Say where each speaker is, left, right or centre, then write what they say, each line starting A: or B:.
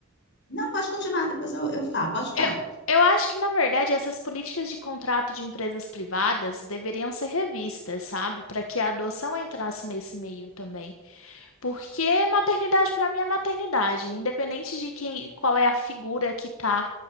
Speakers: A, on the left; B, on the left.
A: não, pode continuar, depois eu, eu falo, pode falar.
B: Eu, eu acho que, na verdade, essas políticas de contrato de empresas privadas deveriam ser revistas, sabe? Para que a adoção entrasse nesse meio também. Porque maternidade, para mim, é maternidade, independente de quem, qual é a figura que tá,